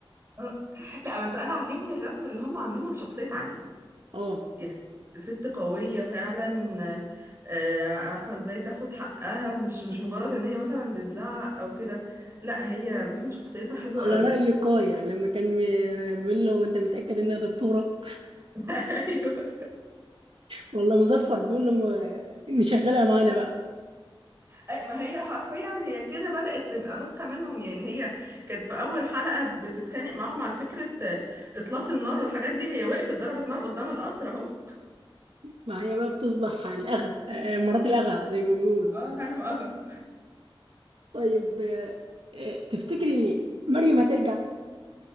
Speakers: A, on the right (about 30°); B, on the right (about 70°).
A: آه. لا بس انا عاجبني الرسم اللي هم عاملينه لشخصية عالية
B: <laughs> اه
A: يعني ست قوية فعلا آه، آه، عارفة ازاي تاخد حقها مش مش مجرد ان هي مثلا بتزعق او كده لا هي رسم شخصيتها حلو
B: على
A: قوي
B: رأي كايا لما كان م- آه، بيقول له انت متأكد انها دكتورة <laughs>
A: <laughs> ايوه
B: والله مظفر بيقول له م- إني شغالة معانا بقى
A: أي- ما هي حرفيا هي كده بدأت تبقى نسخة منهم يعني هي كانت في أول حلقة بتتخانق معاهم على فكرة آه، إطلاق النار والحاجات دي هي وقفت ضربت نار قدام القصر أهو
B: معايا بقى بتصبح الأغا آه، مرات الأغا زي ما بيقولوا
A: اه هانم اغا
B: طيب آه، آه، تفتكري مريم هترجع؟